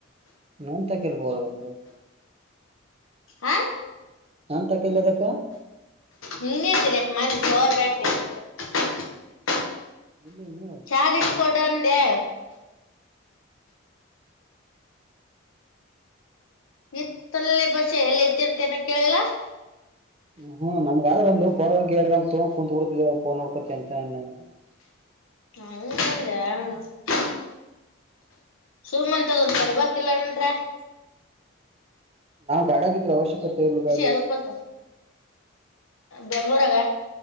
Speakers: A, on the right; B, on the left.
A: <unintelligible> ಕೆ ಬರ ಗಟೆ <unintelligible>
B: ಹಾ <inaudible>
A: ಹಂತ ಕಲ್ಲದಕ್ಕ <unintelligible>
B: ನಿನ್ನಂತಲ್ <unintelligible>
A: ಇಲ್ಲಿನ್ನು
B: ಚಾರ್ ಇಟ್ಕಕೊಂಡು ಅಂದೇ ಇತ್ತಲ್ಲೇ ಬಷೆ ಎಲ್ಲ ಐತಿ ಅಂತ ಏನ ಕೇಳಿಲ್ಲ
A: ಹ್ಮ್ ನಮಗ ಒಂದು ಶೋ ಹಾಗಿ ಕುಂತಿ ಬಿಡ್ತಿದ್ದವ ಫೋನ್ ನೋಡ್ಕೋಅಂತ ಅಂದೇ ನಾನು <unintelligible>
B: ಹ ಹಂಗೆ ಅಂದ್ಯಾ ಸುಮ್ ತಕೊ <unintelligible>
A: ನಾವ್ ಗಾಡಿಗಿದ್ರೆ ಅವಶ್ಯಕತೆ ಇಲ್ವಾ ಅಲ್ಲಿ
B: ಹೆಲ್ಪ್ ಆತು ಬೆಂಗ್ಳೂರಾಗ